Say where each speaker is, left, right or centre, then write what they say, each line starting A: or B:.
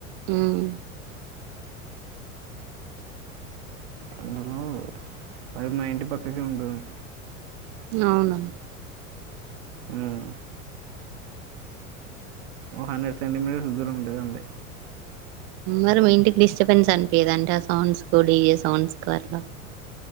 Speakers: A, on the right; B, on the right.
A: ఊమ్
B: అందులో అది మా ఇంటి పక్కకే ఉంటుంది.
A: అవును
B: హ్మ్. ఓ హండ్రెడ్ సెంటీమీటర్స్ దూరం ఉండేదండి
A: మరి మీ ఇంటికి డిస్టర్బెన్స్ అనిపియదాఅండి ఆ సౌండ్స్ కు డీజే సౌండ్స్ కు అట్ల